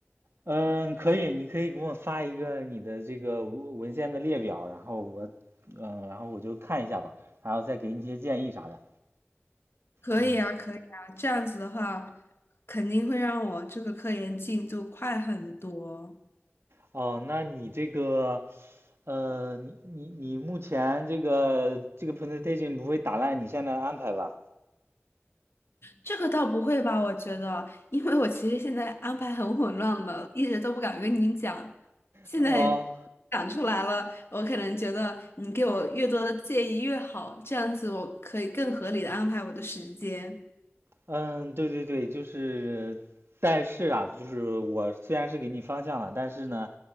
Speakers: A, on the right; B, on the left.
A: 嗯，可以，你可以给我发一个你的这个文文献的列表，然后我，嗯，然后我就看一下吧，然后再给你一些建议啥的。
B: 可以啊，
A: 嗯，
B: 可以啊，这样子的话，肯定会让我这个科研进度快很多。
A: 哦，那你这个，呃，你你你目前这个这个 presentation 不会打烂你现在的安排吧？
B: 这个倒不会吧，我觉得，因为我其实现在安排很混乱了，一直都不敢跟你讲。现在
A: 哦，
B: 讲出来了，我可能觉得你给我越多的建议越好，这样子我可以更合理的安排我的时间。
A: 嗯，对对对，就是，但是啊，就是我虽然是给你方向了，但是呢，